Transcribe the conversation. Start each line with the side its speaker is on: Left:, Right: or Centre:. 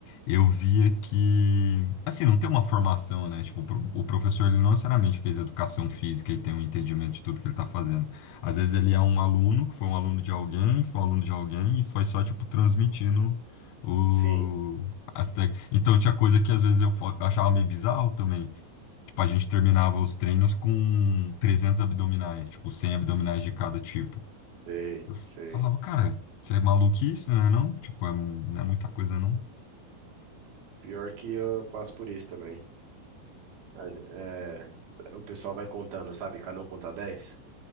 Left: Eu via que. Assim, não tem uma formação, né? Tipo, o pro- o professor ele não necessariamente fez educação física e tem um entendimento de tudo que ele tá fazendo. Às vezes ele é um aluno, que foi um aluno de alguém, que foi um aluno de alguém, e foi só, tipo, transmitindo o.
Right: Sim,
Left: as tec- Então tinha coisa que às vezes eu fo- achava meio bizarro também. Tipo, a gente terminava os treinos com 300 abdominais, tipo, 100 abdominais de cada tipo.
Right: sei,
Left: Eu
Right: sei.
Left: falava, cara, você é maluquice, né, não? Tipo, é, não é muita coisa, não.
Right: Pior que eu passo por isso também. A gen- é, o pessoal vai contando, sabe? Cada um conta dez